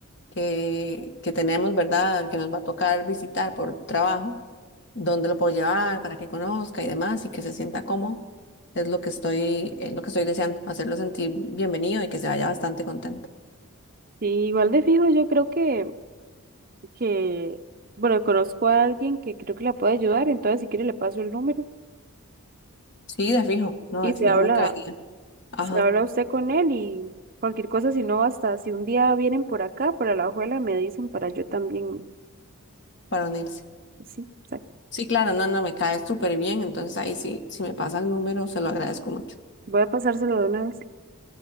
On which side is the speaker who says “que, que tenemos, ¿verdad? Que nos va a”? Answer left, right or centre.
Left